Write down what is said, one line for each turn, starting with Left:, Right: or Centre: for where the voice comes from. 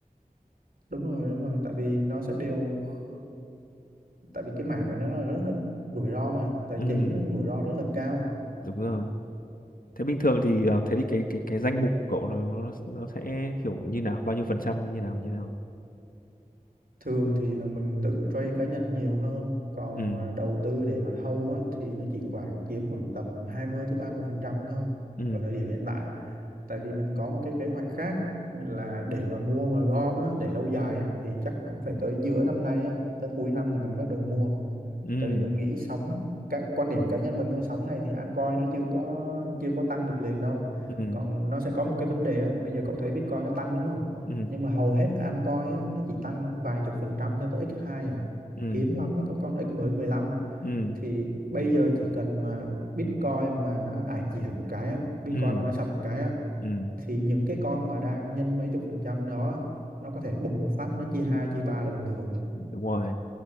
Right: đúng rồi đúng rồi tại vì nó sẽ đều tại vì cái mảng này nó là rất là rủi ro mà tài
Left: ừ
Right: chính nó rủi ro rất là cao
Left: đúng rồi thế bình thường thì ờ, thế thì cái cái cái danh mục của cậu nó nó sẽ kiểu như nào bao nhiêu phần trăm như nào như nào
Right: thường thì là mình tự trade cá nhân nhiều hơn còn
Left: ừ
Right: mà đầu tư để mà hold á, thì nó chỉ khoảng chiếm khoảng tầm 20 tới 30 phần trăm thôi
Left: ừ
Right: ở thời điểm hiện tại tại vì mình có một cái kế hoạch khác là để mà mua mà gom á, để lâu dài á, thì chắc cũng phải tới giữa năm nay á, tới cuối năm thì mình bắt đầu mua
Left: ừ
Right: tại vì mình nghĩ sóng cái quan điểm cá nhân mình thôi sóng này thì altcoin nó chưa có chưa có tăng được liền đâu
Left: ừ
Right: còn nó sẽ có một cái vấn đề á bây giờ cậu thấy Bitcoin nó tăng đúng không
Left: ừ
Right: nhưng mà hầu hết altcoin á nó chỉ tăng vài chục phần trăm cho tới x2 à
Left: ừ
Right: hiếm lắm mới có con x mười mười lăm
Left: ừ
Right: thì bây giờ chỉ cần mà Bitcoin mà nó ải chìa một cái á, Bitcoin
Left: ừ
Right: mà nó sập một cái á
Left: ừ
Right: thì những cái con mà đang nhân mấy chục phần trăm đó nó có thể bục một phát nó chia hai chia ba là bình thường này
Left: đúng rồi